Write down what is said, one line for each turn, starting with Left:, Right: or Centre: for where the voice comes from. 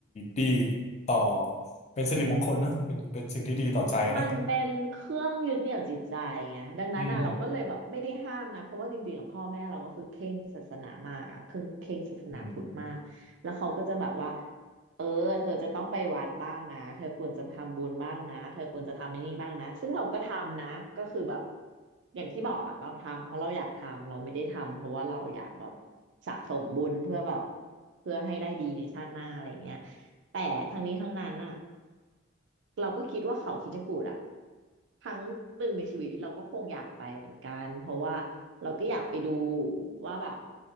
Left: ดีต่อเป็นสิริมงคลเนอะเป็นเป็นสิ่งที่ดีต่อใจเนอะ
Right: มันเป็นเครื่องยึดเหนี่ยวจิตใจไงดังนั้นอ่ะเราก็เลยแบบไม่ได้ห้ามนะ
Left: อืม
Right: เพราะว่าจริงๆกับพ่อแม่เราก็คือเคร่งศาสนามากอะเคร่งเคร่งศาสนาพุทธมากแล้วเขาก็จะแบบว่า
Left: อืม
Right: เออเธอจะต้องไปวัดบ้างนะ เธอควรจะทำบุญบ้างนะเธอควรจะทำไอ้นี่บ้างนะ ซึ่งเราก็ทำนะ ก็คือแบบอย่างที่บอกอ่ะเราทำเพราะเราอยากทำเราไม่ได้ทำเพราะว่าเราอยากแบบสะสมบุญเพื่อแบบเพื่อให้ได้ดีในชาติหน้าอะไรเงี้ยแต่ทั้งนี้ทั้งนั้นอ่ะ เราก็คิดว่าเขาคิดกูดอะครั้งหนึ่งในชีวิตเราก็คงอยากไปเหมือนกันเพราะว่าเราก็อยากไปดูว่าแบบ